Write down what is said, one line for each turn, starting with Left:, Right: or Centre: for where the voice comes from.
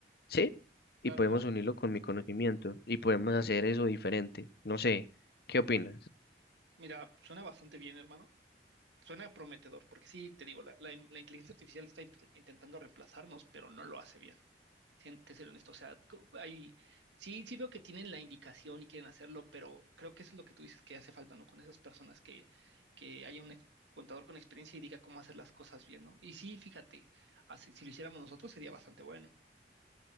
Left: ¿sí?
Right: Claro,
Left: Y podemos
Right: claro.
Left: unirlo con mi conocimiento y podemos hacer eso diferente. No sé, ¿qué opinas?
Right: Mira, suena bastante bien, hermano. Suena prometedor, porque sí, te digo, la, la in- la inteligencia artificial está imp- intentando reemplazarnos, pero no lo hace bien. Sien- Te seré honesto, o sea, co- hay, sí, sí veo que tienen la indicación y quieren hacerlo, pero creo que eso es lo que tú dices que hace falta, ¿no? Con esas personas que, que haya un ex- contador con experiencia y diga cómo hacer las cosas bien, ¿no? Y sí, fíjate, así, si lo hiciéramos nosotros sería bastante bueno.